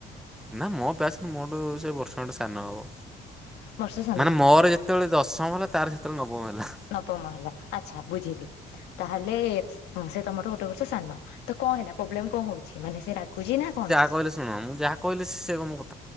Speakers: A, in the centre; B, on the left.
A: ନା ମୋ ପ୍ୟାସ ମୋଠୁ ସେ ବର୍ଷ ଗଟେ ସାନ ହବ
B: ବର୍ଷେ ସାନ
A: ମାନେ ମୋର ଯେ ତେବେଳେ ଦଶମ ହେଲା ତାର ସେତେଳେ ନବମ ହେଲା।
B: ନବମ ହେଲା ଆଚ୍ଛା ବୁଝିଲି ତାହେଲେ ସେ ତମର ଗୋଟେ ବର୍ଷ ସାନ। ତ କଣ ହେଲା ପ୍ରୋବ୍ଲେମ କଣ ହଉଛି ମାନେ ସେ ରାଗୁଛି ନା କଣ?
A: କହିଲେ ଶୁଣ ମୁଁ ଯାହା କହିଲି ସେ କ